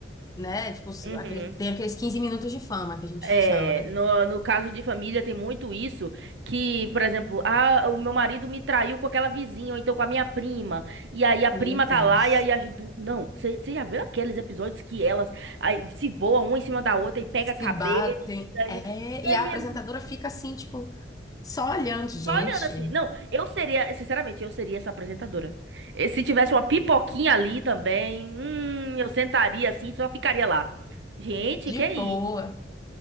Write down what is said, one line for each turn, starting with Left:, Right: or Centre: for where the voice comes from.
Left: né? Tipo,
Right: uhum.
Left: aquele, tem aqueles quinze minutos de fama que a gente
Right: É,
Left: chama, né?
Right: no, no caso de família tem muito isso, que, por exemplo, ah, o meu marido me traiu com aquela vizinha, ou então com a minha prima, e aí a prima
Left: Meu Deus.
Right: tá lá, e aí as du... Não, você já viu aqueles episódios que elas aí, se voam uma em cima da outra e pega
Left: Se
Right: cabelo,
Left: batem.
Right: e
Left: É,
Right: e
Left: e
Right: aí...
Left: a apresentadora
Right: é
Left: fica assim, tipo, só olhando, gente,
Right: Só olhando assim. Não, eu seria, sinceramente, eu seria essa apresentadora. E Se tivesse uma pipoquinha ali também, hum, eu sentaria assim, só ficaria lá. Gente,
Left: de
Right: que é isso?
Left: boa,